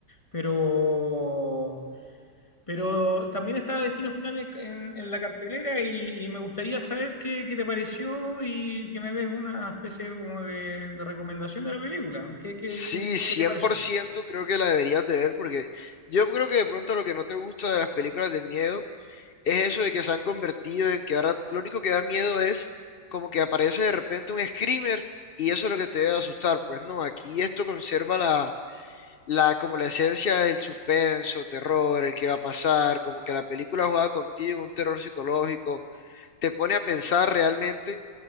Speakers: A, on the left; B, on the left.
A: pero, pero también estaba Destino Final en, en- en la cartelera y, y me gustaría saber qué, qué te pareció y que me des una especie como de, de recomendación de la película. ¿Qué, qué,
B: Sí,
A: qué-
B: cien
A: qué te pareció?
B: por ciento creo que la deberías de ver porque yo creo que de pronto lo que no te gusta de las películas de miedo es eso de que se han convertido en que ahora lo único que da miedo es como que aparece de repente un screamer y eso es lo que te debe asustar. Pues no, aquí esto conserva la la, como la esencia del suspenso, terror, el que va a pasar, como que la película jugada contigo, un terror psicológico, te pone a pensar realmente.